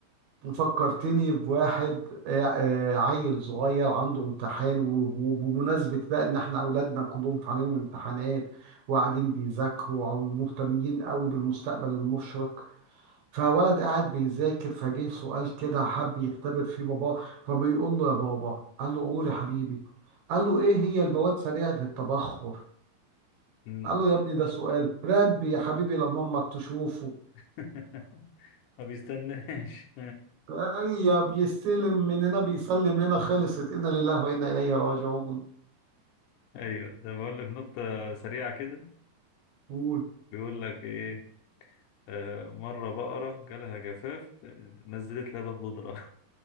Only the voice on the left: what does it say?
مم.
<laughs> ما بيستناش
ايوه ده بقول لك نقطة سريعة كده
بيقول لك ايه آه، مرة بقرة جالها جفاف آه، نزلت لبن بودرة